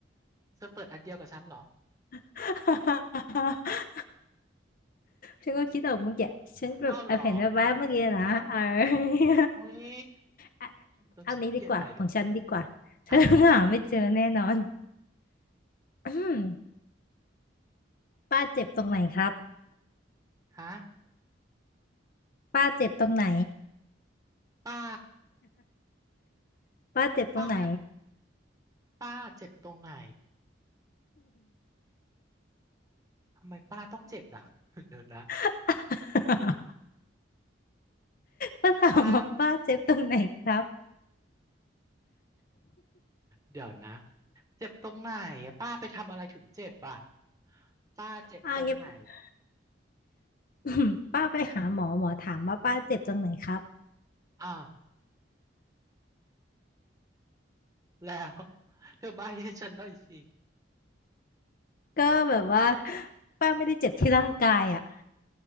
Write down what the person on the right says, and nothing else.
เธอเปิดอันเดียวกับฉันเหรอ
<laughs> อ้าวเหรออืมอุ้ย
เราจะต้องเปลี่ยนใหม่อีกละ
อ่ะ
ฮะ
ป้า
ป้าป้าเจ็บตรงไหน ทำไมป้าต้องเจ็บอ่ะ <laughs> เดี๋ยวนะ
ป้าเดี๋ยวนะเจ็บตรงไหนอะป้าไปทำอะไรถึงเจ็บอ่ะป้าเจ็บตรงไหน
อ่ะแล้ว <laughs> เธอใบ้ให้ฉันหน่อยสิ